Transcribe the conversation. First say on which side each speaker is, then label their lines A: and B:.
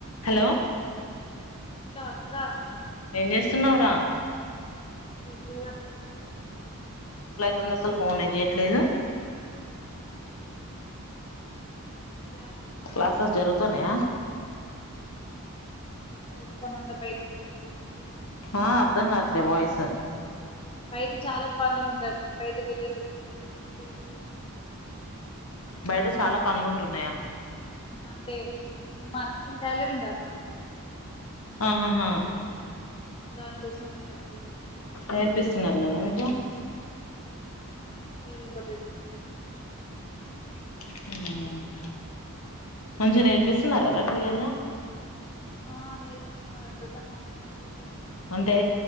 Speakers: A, on the left (about 70°); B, on the left (about 25°).
A: Hello
B: hello అక్క
A: ఏం చేస్తున్నావరా
B: ఇజ నాకు అయ్యి
A: నిన్ను అసలు ఫోనే చేయట్లేదు
B: గ్లాసస్ బాగేదు
A: క్లాసెస్ జరుగుతున్నాయా
B: బయట పని ఉంటే బయటకి వెళ్ళు వచ్చే లోపి
A: ఆ అర్ధం కాట్లే వాయిస్
B: బయట చాలా పనులు ఉంటాన్నాయి బయటకెళ్ళి చేయించు
A: బయట చాలా పనులుంటున్నాయా
B: అంటే ఉ మా టైలరింగ్ అక్క
A: ఆహాహా
B: దానికోసం వేయాలి
A: నేర్పిస్తున్నారు గదా మీకు
B: ఏదో ఒకటి దెచ్చు
A: ఉ మంచిగా నేర్పిస్తున్నారా రా క్లియర్ గా
B: ఆ నేర్పిస్తున్నారు అద్దతర్మా మేడం ఏదో
A: అంటే